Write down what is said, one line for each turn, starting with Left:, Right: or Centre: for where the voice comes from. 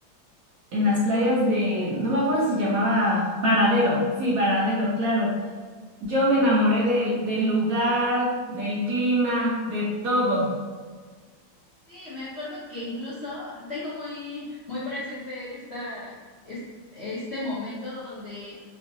Right: en las playas de, no me acuerdo si llamaba Varadero. Sí, Varadero, claro. Yo me enamoré del, del lugar, del clima, de todo.
Left: Sí, me acuerdo que incluso tengo muy, muy presente esta, es- este momento donde,